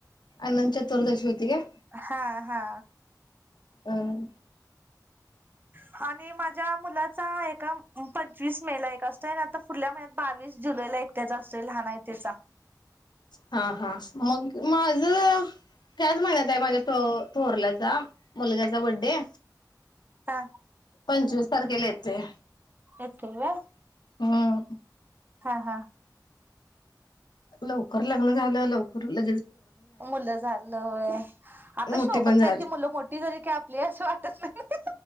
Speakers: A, on the left; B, on the right.
A: अनंत चतुर्दशी होती का,
B: हा हा
A: हम्
B: हा आणि माझ्या मुलाचा एका पंचवीस मे ला एक असतो आणि आता पुुल्या महिन्यात बावीस जुलैला त्याचा असतोय लहान आहे त्याचा
A: हा हा मग माझ त्याच महिन्यात आहे माझ्या त थोरल्याचा मुलग्याचा ब्डे
B: हा
A: पंचवीस तारखेला येते.
B: येतो होय,
A: हम
B: हा हा
A: लवकर लग्न झालं लवकर ले
B: मुलं झालं आता
A: मोठे
B: शोभत
A: पण झाले
B: नाही ती मुलं मोठी जरी का आपली असं वाटत नाही